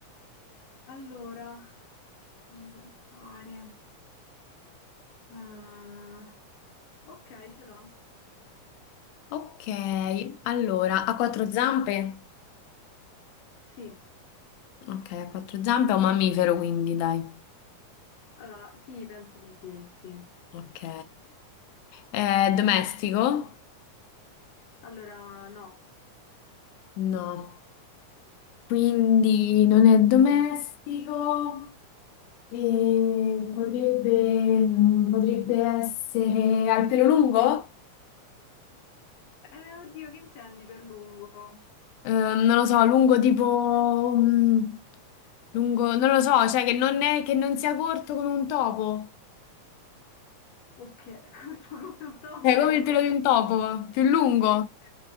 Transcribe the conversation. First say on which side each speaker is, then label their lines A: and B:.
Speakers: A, on the left; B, on the left.
A: Allora, fammi pensare. Eh, ok, ce l'ho.
B: Ok, allora, ha quattro zampe?
A: Sì,
B: Ok, ha quattro zampe, è un mammifero quindi, dai.
A: allora, sì, penso di sì, sì.
B: Ok. Eh, domestico?
A: Allora, no.
B: No. quindi non è domestico e potrebbe, mm, potrebbe essere al pelo lungo?
A: Eh, oddio, che intendi per lungo?
B: Eh, non lo so, lungo tipo... mm, lungo, non lo so, cioè che non è, che non sia corto come un topo,
A: Ok, <laughs> corto come un topo.
B: cioè come il pelo di un topo, più lungo.
A: Ok.